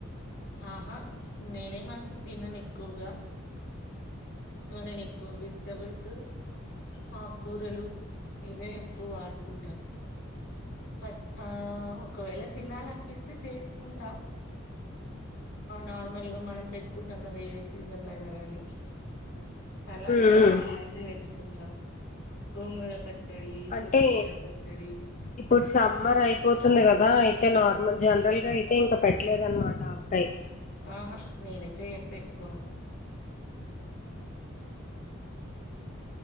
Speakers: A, on the left (about 60°); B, on the left (about 35°).
A: ఆహా నేనేమంత తినను ఎక్కువగా సో నేను ఎక్కువ వెజిటబుల్స్ ఆకు కూరలు ఇవే ఎక్కువ వాడుకుంట ప ఆ ఒకవేళ తినాలనిపిస్తే చేసుకుంటా నార్మల్ గా మనం పెట్టుకుంటాం కదా ఏ సీజన్ లో అయినా గానీ అలాంటి
B: ఉమ్,
A: పచ్చళ్ళు
B: ఉమ్.
A: అయితే పెట్టుకుంటాం గోంగూర పచ్చి పచడి
B: అంటే
A: కొత్తిమీద పచ్చడి
B: ఇప్పుడు సమ్మర్ అయిపోతుంది కదా అయితే నా నార్మల్ జనరల్ గా అయితే ఇంకా పెట్టలేదునమాట ఆవకాయ్
A: ఆహా నీనైతే ఏం పెట్టుకోను